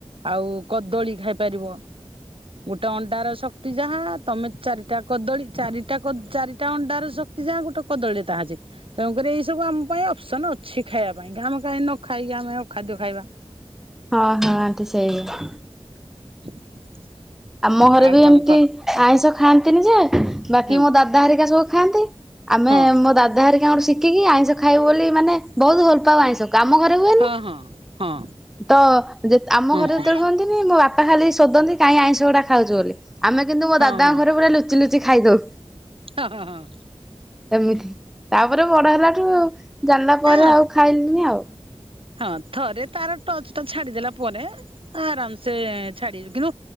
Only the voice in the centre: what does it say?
ହଁ ହଁ ଆଣ୍ଟି ସେଇଆ।
ଆମ ଘରେ
ବି
ଏମତି
ଆଇଁଷ ଖାଆନ୍ତିନି ଯେ ବାକି
ମୋ ଦାଦା ହେରିକା ସବୁ ଖାଆନ୍ତି। ଆମେ
ମୋ ଦାଦା ହାରିକାଙ୍କଠୁ ଶିଖିକି ଆଇଁଷ ଖାଇବୁ ବୋଲି ମାନେ ବହୁତ ଭଲ ପାଉ ଆଇଁଷ କାମ ଘରେ ହୁଏନି।
ତ ଯେ ଆମ
ଘରେ ଯେତେବେଳେ
ହୁହନ୍ତିନି ମୋ ବାପା ଖାଲି ଶୋଧନ୍ତି କାଇଁ ଆଇଁଷ‌- ଖାଉଚୁ ବୋଲି ଆମେ କିନ୍ତୁ ମୋ
ଦାଦାଙ୍କ
ଘରେ ପୁରା ଲୁଚି ଲୁଚି ଖାଇଦଉ।
ଏମିତି। ତାପରେ ବଡ ହେଲାଠୁ ଜାଣିଲା ପରେ
ଆଉ ଖାଇଲିନି ଆଉ।